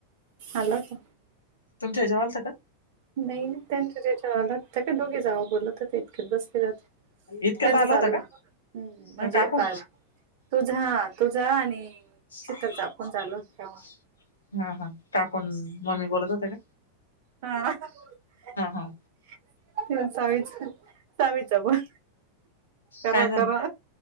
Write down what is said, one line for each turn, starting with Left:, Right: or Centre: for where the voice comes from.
Right: आला होता
Left: तुमच्या याच्यावर आला होता का
Right: नाही त्यांच्याच याच्यावर आला त्या काय दोघी जावा बोलत होत्या इतक्यात बसून <unintelligible>
Left: इतक्यात
Right: त्यांचं
Left: आला
Right: चाललं
Left: होता का
Right: हम्म म्हणजे
Left: का काकू
Right: फार तुझा तुझा आणि.
Left: <unintelligible>
Right: शीतलचा फोन चालू होता
Left: हा हा टाकून मम्मी बोलत होत्या ना
Right: हा <unintelligible>
Left: हा
Right: सामीच प करा
Left: काय झालं
Right: करा